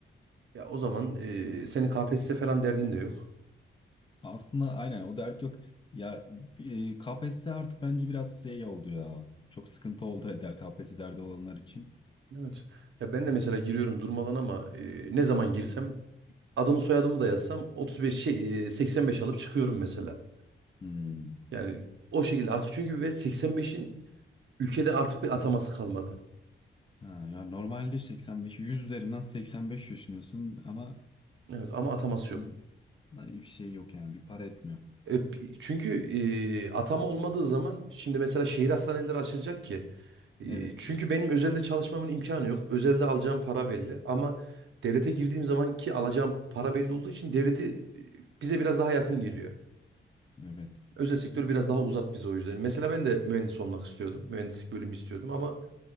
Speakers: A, on the right; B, on the left.
A: Ya o zaman e, senin KPSS falan derdin de yok.
B: Aslında aynen o dert yok. Ya e, KPSS artık bence biraz şey oldu ya. Çok sıkıntı oldu <laughs> der KPSS derdi olanlar için.
A: Evet. Ya ben de mesela giriyorum durmadan ama e, ne zaman girsem adımı soyadımı da yazsam 35 şey e, 85 alıp çıkıyorum mesela.
B: Hmm.
A: Yani o şekilde artık çünkü ve 85'in ülkede artık bir ataması kalmadı.
B: Ha, ya normalde 85 100 üzerinden 85 düşünüyorsun ama
A: Evet ama ataması yok.
B: bir, bir şey yok yani bir para etmiyor.
A: E, çünkü e, atama olmadığı zaman şimdi mesela şehir hastaneleri açılacak ki. E,
B: Evet.
A: çünkü benim özelde çalışmamın imkanı yok. Özelde alacağım para belli ama devlete girdiğim zaman ki alacağım para belli olduğu için devleti e, bize biraz daha yakın geliyor.
B: Evet.
A: Özel sektör biraz daha uzak bize o yüzden. Mesela ben de mühendis olmak istiyordum. Mühendislik bölümü istiyordum ama